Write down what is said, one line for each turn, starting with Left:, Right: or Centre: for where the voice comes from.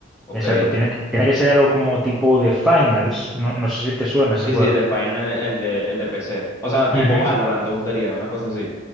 Left: ok.
Centre: Exacto, tiene, que- tiene que ser algo como tipo de finals. No, no sé si te suena ese
Left: Sí,
Centre: juego.
Left: sí, de Final, el de, el de PC. O sea, tipo
Centre: Ujú.
Left: Valorant, ¿te gustaría? Una cosa así.